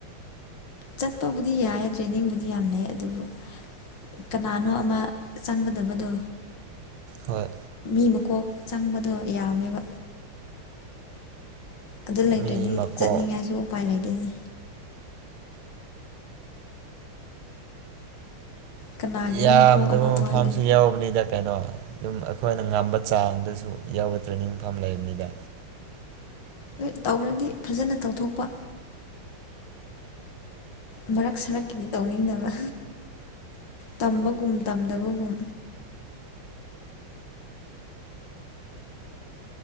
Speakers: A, on the left; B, on the right.
A: ꯆꯠꯄꯕꯨꯗꯤ ꯌꯥꯏ ꯇ꯭ꯔꯦꯅꯤꯡꯕꯨꯗꯤ ꯌꯥꯝ ꯂꯩ ꯑꯗꯨꯕꯨ ꯀꯅꯥꯅꯣ ꯑꯃ ꯆꯪꯒꯗꯕꯗꯣ
B: ꯍꯣꯏ
A: ꯃꯤ ꯃꯀꯣꯛ ꯆꯪꯕꯗꯣ ꯌꯥꯝꯃꯦꯕ ꯑꯗꯨ ꯂꯩꯇ꯭ꯔꯗꯤ
B: ꯃꯤ ꯃꯀꯣꯛ
A: ꯆꯠꯅꯤꯡꯉꯥꯁꯨ ꯎꯄꯥꯏ ꯂꯩꯇꯦꯅꯦ ꯀꯅꯥꯒꯤꯅꯣ
B: ꯌꯥꯝꯗꯕ
A: ꯃꯀꯣꯛ ꯑꯃ
B: ꯃꯐꯝꯁꯨ
A: ꯋꯥꯠꯂꯦ
B: ꯌꯥꯎꯕꯅꯤꯗ ꯀꯩꯅꯣ ꯑꯗꯨꯝ ꯑꯩꯈꯣꯏꯅ ꯉꯝꯕ ꯆꯥꯡꯗꯁꯨ ꯌꯥꯎꯕ ꯇ꯭ꯔꯦꯅꯤꯡ ꯃꯐꯝ ꯂꯩꯕꯅꯤꯗ
A: <unintelligible> ꯇꯧꯔꯗꯤ ꯐꯖꯅ ꯇꯧꯊꯣꯛꯄ ꯃꯔꯛ ꯁꯔꯛꯀꯤꯗꯤ ꯇꯧꯅꯤꯡꯗꯕ ꯇꯝꯕꯒꯨꯝ ꯇꯝꯗꯕꯒꯨꯝ